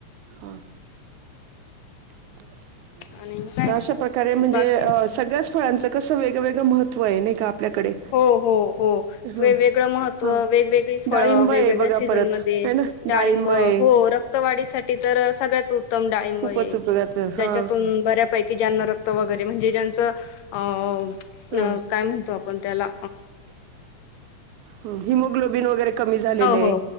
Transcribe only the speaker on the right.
हा हो
तर अशा प्रकारे म्हणजे
सगळ्याच फळांचं कसं वेगवेगळं महत्त्व आहे नाही का आपल्याकडे.
हं,
हां.
डाळिंब
आहे बघा
परत आहे ना
आहे
खूपच
उपयोगाचं
हां.
हां,
ह हिमोग्लोबिन वगैरे कमी झालेलय